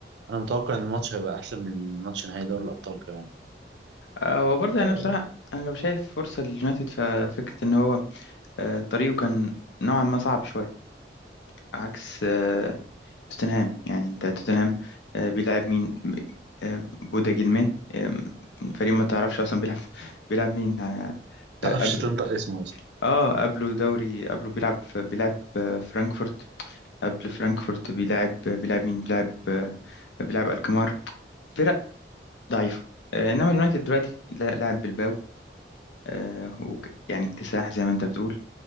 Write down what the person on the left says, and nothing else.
آه، هو برضه
يعني بصراحة أنا لو شايف فرصة لليونايتد ففكرة إن هو آه، طريقه كان نوعا ما صعب شوية عكس آه، توتنهام يعني أنت توتنهام آه، بيلعب مين م- آه، بودا جيلمي آه، فريق ما تعرفش أصلا بيلعب <laughs> بيلعب مين آه،
آه، قبله
اه قبله دوري قبله بيلعب في- بيلعب آه، فرانكفورت قبل فرانكفورت بيلعب آه، بيلعب مين بيلعب آه، بيلعب الكمار فرق ضعيفة آه، إنما اليونايتد دلوقتي لا- لاعب بالباو آه، وك- يعني اكتساح زي ما انت بتقول